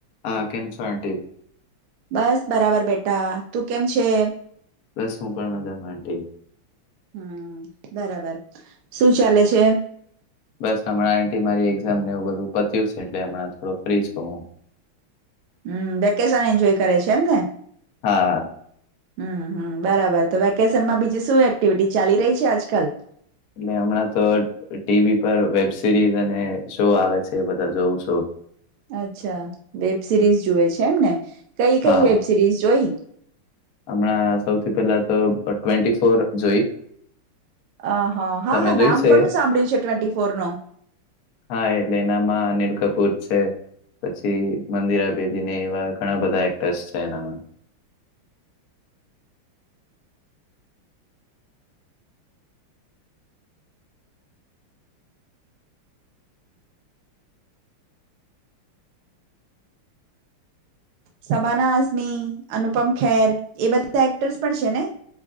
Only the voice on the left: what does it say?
હા કેમછો આન્ટી.
બસ હું પણ મજા માં આન્ટી.
બસ હમણાં આન્ટી મારી એક્ઝામ નેએવું બધું પત્યું છે એટલે હમણાં થોડું ફ્રી છું હું.
હા
એટલે હમણાં તો ટીવી પર વેબ સિરીઝ અને શો આવે છે એ બધા જોઉં છું
હા
હમણાં સૌથી પહેલા તો ટ્વેન્ટી ફોર જોઈ.
તમે
જોઈ
છે
હા એટલે એનામાં અનિલ કપૂર છે. પછી મંદિરા બેદી ને એવા ઘણા બધા એક્ટર્સ છે એનામાં.